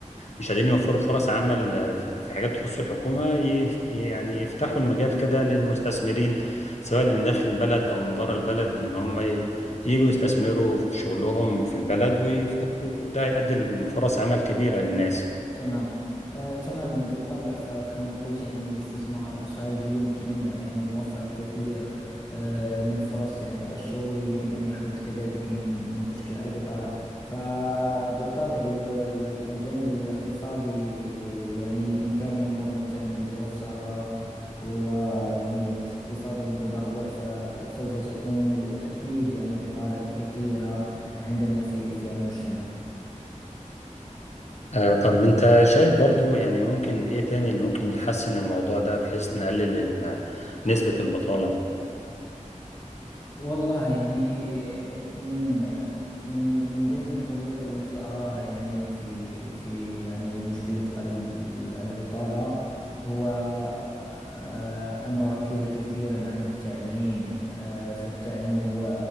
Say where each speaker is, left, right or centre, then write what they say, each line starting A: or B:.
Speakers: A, on the left; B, on the left.
A: مش قادرين يوفروا فرص عمل آه، في حاجات تخص الحكومه ي- يعني يفتحوا المجال كده للمستثمرين سواء اللي من داخل البلد او من بره البلد ان هم ي- يجوا يستثمروا في شغلهم في البلد ويفتحوا ده يؤدي لفرص عمل كبيره للناس
B: تماما آه، تماما بالطبع فكما قلت يعني الاستثمار الخارجي يمكن يعني أن يوفر الكثير آه، من فرص يعني الشغل ويمكن أن يحد كذلك من من مشكل البطالة فبالطبع ي- الجانب الاقتصادي يعني إن كان يمر مثلا بظروف صعبة ويعني اقتصاده متدهور فسوف تكون أكيد يعني بطالة كثيرة عندنا في في المجتمع
A: آه، طب انت شايف برضو يعني ممكن ايه تاني اللي ممكن يحسن الموضوع ده بحيث نقلل ال- نسبه البطاله
B: والله يعني من من من ضمن الحلول التي أراها يعني في في يعني مشكلة ال- البطالة هو آه، أن نركز كثيرا عن التعليم آه، فالتعليم هو